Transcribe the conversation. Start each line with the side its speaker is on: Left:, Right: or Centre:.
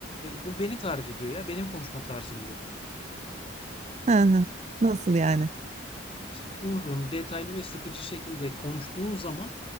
Left: bu beni tarif ediyor ya. Benim konuşma tarzım bu.
Right: Hı hı. Nasıl yani?
Left: işte uzun, detaylı ve sıkıcı şekilde konuştuğun zaman